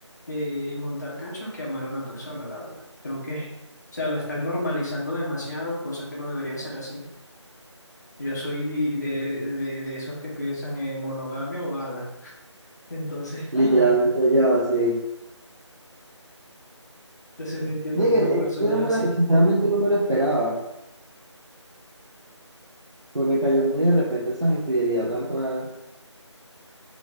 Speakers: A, on the left; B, on the right.
A: eh, montar cachos que amar a una persona, la verdad. Creo que, o sea, lo están normalizando demasiado, cosa que no debería ser así. Yo soy de, de, de- de esos que piensan en monogamia o ala. Entonces, <laughs>
B: Literalmente
A: ajá,
B: yo, así.
A: entonces no entiendo
B: No, y
A: cómo
B: que, eh,
A: hay personas
B: yo no me
A: así.
B: lo- sinceramente no me lo esperaba. Pues me cayó muy de repente esa infidelidad tan rara.